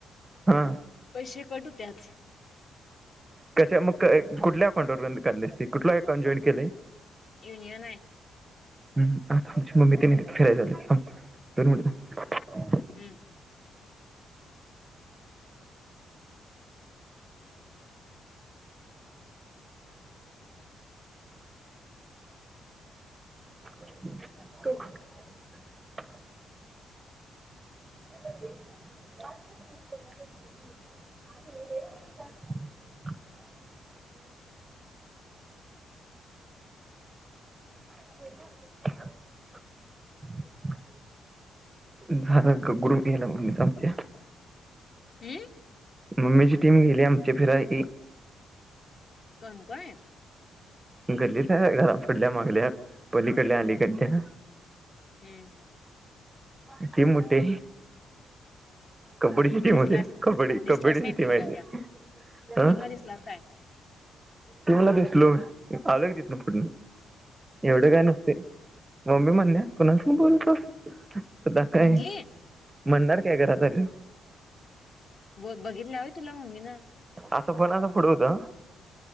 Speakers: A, on the right; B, on the left.
A: हा
B: पैसे कट हुत्यात
A: कशा मग क कुठल्या अकाउंट वरन काढलसी कुठल अकाउंट जॉईन केलय.
B: युनियन आहे.
A: हम् ह आता आमची मम्मी की नाही फिराय चालेय थांब दोन मिनिटं थांब
B: हम्म
A: <inaudible> <inaudible> <inaudible> दहाचा ग्रुप यायल्यात आमच्या
B: हम्म
A: मम्मीची टीम गेली आमची फिराय की
B: तण काय
A: गल्लीत हाय घरा पुढल्या मागल्या पलीकडल्या आलीकडल्या
B: हम्म हम्म
A: इतुन मोठे कबड्डी ची टीम
B: दिसलास
A: होती कबड्डी
B: दिसलास
A: कबड्डीची
B: काय
A: टीम
B: टीमला
A: आहेे
B: त्या
A: ती अ
B: टीमला दिसलास काय
A: टीमला दिसलो मी <unintelligible> तिथ ना पुढण. एवढ
B: हा
A: काय नसतय.
B: हा
A: मम्मी म्हणल्या कुणासंग बोलतोस. त दा काय?
B: म्हणली
A: म्हणणार काय घरात आल्यावर
B: ब बघितल्या व्हय तुला मम्मी न
A: असा फोन असा पुढं होता